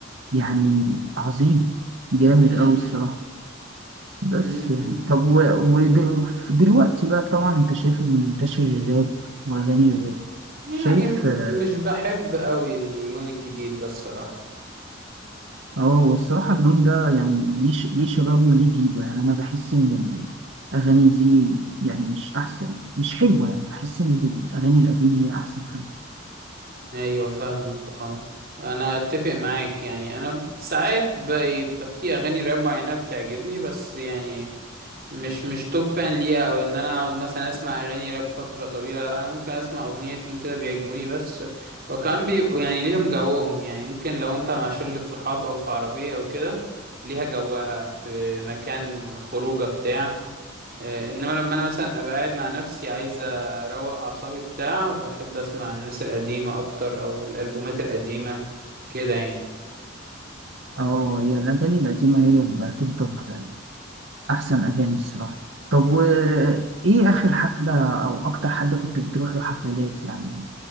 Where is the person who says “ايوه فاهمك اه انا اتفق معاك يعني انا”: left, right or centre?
Right